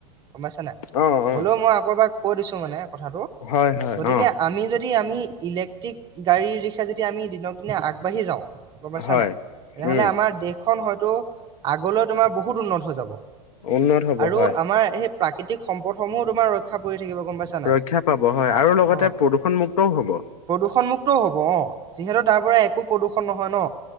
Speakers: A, on the right (about 20°); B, on the left (about 65°).
A: গম পাইছে নাই।
B: অ
A: হ'লেও
B: অ
A: মই আকৌ এবাক কৈ দিছো মানে। কথাটো
B: হয় হয়
A: গতিকে
B: অ
A: আমি যদি আমি ইলেক্ট্ৰিক গাড়ীৰ দিশে যদি আমি দিনক দিনে আগবাঢ়ি যাওঁ গম পাইছা
B: হয়
A: নাই তেনেহলে
B: উম
A: আমাৰ দেশখন হয়তো আগলৈ তোমাৰ বহুত উন্নত হৈ যাব।
B: উন্নত হ'ব
A: আৰু
B: হয়।
A: আমাৰ সেই প্ৰাকৃতিক সম্পদসমূহো তোমাৰ ৰক্ষা পৰি থাকিব গম পাইছা নাই
B: ৰক্ষা পাব হয় আৰু লগতে
A: অ'
B: প্ৰদূষণমুক্তও হ'ব।
A: প্ৰদূষণমুক্তও হ'ব অ যিহেতু তাৰ পৰা একো প্ৰদূ্ষন নহয় ন